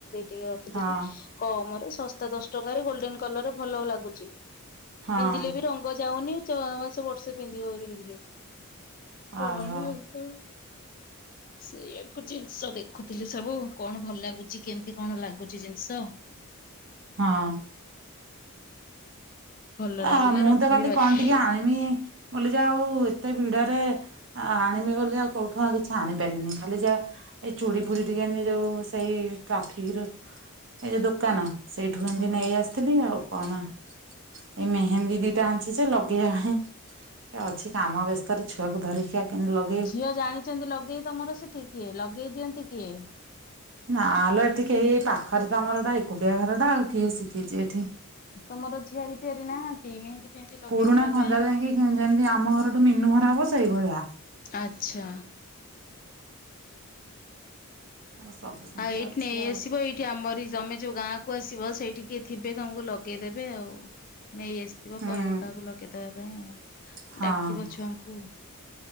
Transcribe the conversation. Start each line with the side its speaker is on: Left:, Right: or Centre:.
Left: ଟିକେ ରଖିଥିଲି।
Right: ହଁ
Left: ତମର ଶସ୍ତା ଦଶ ଟଙ୍କାରେ ଗୋଲଡେନ କଲର ଭଲ ଲାଗୁଛି।
Right: ହଁ ହଁ
Left: ପିନ୍ଧିଲେ ବି ରଙ୍ଗ ଯାଉନି ଛଅ ମାସ ବର୍ଷେ ପିନ୍ଧିବ ପିନ୍ଧିଲେ। କଣ
Right: ଓହୋ
Left: <inaudible> ସେଇଆାକୁ ଜିନିଷ ଦେଖୁଥିଲି ସବୁ କଣ ଭଲ ଲାଗୁଛି କେମିତି କଣ ଲାଗୁଛି ଜିନିଷ
Right: ହଁ
Left: ଭଲ ଲାଗିଲା
Right: ଆ ମୁଁ
Left: ରଖିଲି
Right: ତ କାଲି
Left: ବାଛି
Right: କଣ ଟିକେ ଆଣିବି ବୋଲି ଆଉ ଏତେ ବିିଡରେ ଆଣିବି ବୋଲିଲେ ଆଉ କୋଉଠୁ ଆଉ କିଛି ଆଣିପାରିଲିନି। ଖାଲି ଯାହା ଏଇ ଚୁଡ଼ି ଫୁଡି ଟିକେ ଏମ ଯୋଉ ସେଇ ଟ୍ରାଫିକ ଏଇ ଯୋଉ ଦୋକାନ ସେଇଠୁ କେମତି
Left: ହୁଁ
Right: ନେଇ ଆସିଥିଲି ଆଉ। କଣ ଏଇ ମେହେନ୍ଦୀ ଦିଟା ଆଣିଛି ଯେ ଲଗେଇବା ପାଇଁ ଅଛି କାମ ବ୍ୟସ୍ତ ଛୁଆକୁ ଧରିକି ଆଉ କେମିତି ଲଗେଇବୁ।
Left: ଝିଅ ଜାଣିଛନ୍ତି ଲଗେଇ ତମର ସେ ଠି କିଏ ଲଗେଇ ଦିଅନ୍ତି କି କି
Right: ନାଲୋ ଏଠି କେହି ପାଖରେ ଆମର ଏଟା ଏକୁଡିଆ ଘର ଟା ଆଉ କିଏ ଶିଖିଛି ଏଠି।
Left: ତମର ଝିଆରି ଫିଆରି ନାହାନ୍ତି ମେହେନ୍ଦୀ ଫେହେନ୍ଦୀ ଲଗେଇଦବା
Right: ପୁରୁଣା ଖଞ୍ଜା
Left: ପାଇଁ?
Right: ଯାଇକି ଯେମିତି ଆମ ଘରଠୁ ମିନୁ ଘର ହବ ସେଇଭଳିଆ।
Left: ଆଚ୍ଛା।
Right: ଆଉ ସବୁ ସେମିତି
Left: ଆଉ ଏଇଠି
Right: ଅଛି
Left: ନ
Right: ଆଉ।
Left: ଆସିବ ଏଇଠି ଆମର ତମେ ଯୋଉ ଗାଁ କୁ ଆସିବ ସେଇଠି କି ଥିବେ ତମକୁ ଲଗେଇଦେବେ ଆଉ। ନେଇ ଆସିଥିବ
Right: ହୁଁ
Left: କହିବ କାହାକୁ ଲଗେଇଦବା ପାଇଁ।
Right: ହଁ
Left: ଡାକିବ ଛୁଆଙ୍କୁ